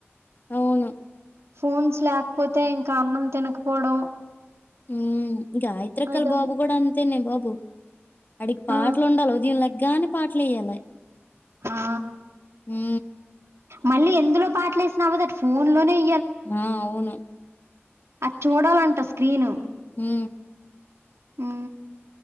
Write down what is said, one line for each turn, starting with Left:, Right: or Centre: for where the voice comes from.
Left: అవును
Right: ఫోన్స్ లేకపోతే ఇంకా అన్నం తినకపోవడం
Left: హు గాయత్రక్క వాళ్ళ
Right: ఇదన్
Left: బాబు కూడా అంతేనే బాబు బు అడికి పాటలు
Right: ఆ!
Left: ఉండాలి ఉదయం లెగ్గానే పాటలేయ్యాలి
Right: ఆ!
Left: హు
Right: మళ్ళీ ఎందులో పాటలే వేసినావాో దట్ ఫోన్ లోనే వె
Left: ఆ అవును
Right: అది చూడాలంట స్క్రీను
Left: హు
Right: హు